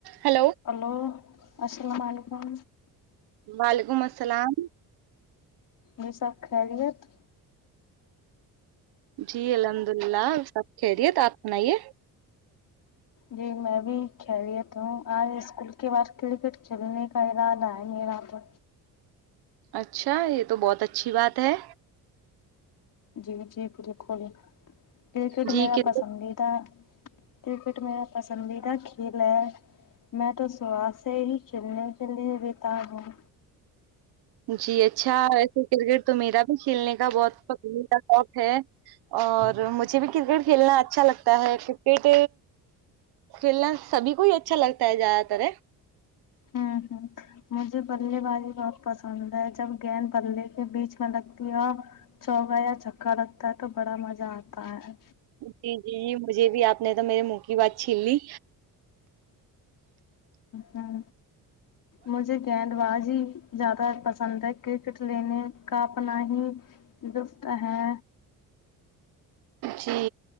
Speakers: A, on the right; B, on the left.
A: ہیلو
B: ہلو السلام علیکم
A: وعلیکم السلام
B: یہ سب خیریت
A: جی الحمد اللہ سب خیریت آپ سنائیے
B: جی میں بھی خیریت ہوں آج اسکول کے بعد کرکٹ کھیلنے کا ارادہ ہے میرا تو
A: اچھا یہ تو بہت اچھی بات ہے
B: جی جی بالکل کرکٹ
A: جی
B: میرا
A: کرکٹ
B: پسندیدہ کرکٹ میرا پسندیدہ کھیل ہے میں تو صبح سے ہی کلنے کے لیے بتاب ہوں
A: جی اچھا ویسے کرکٹ تو میرا بھی کھیلنے کا بہت <unintelligible> پکند تھا اکھ اور مجھے بھی کرکٹ کھیلنا اچھا لگتا ہے کرکٹ کھیلنا سبھی کو ہی اچھا لگتا ہے زیادہ تر
B: ہوں ہوں مجھے بلے بازی بہت پسند ہے جب گیند بللے کے بیچ میں لگتی ہے اور چوکا یا چھکا لگتا ہے تو بڑا مجا آتا ہے
A: جی جی جی مجھے بھی آپ نے تو میرے منہ کی بات چھین لی
B: ہاں مجھے گیند بازی زیادہ پسند ہے کرکٹ لینے کا اپنا ہی لفت ہے
A: جی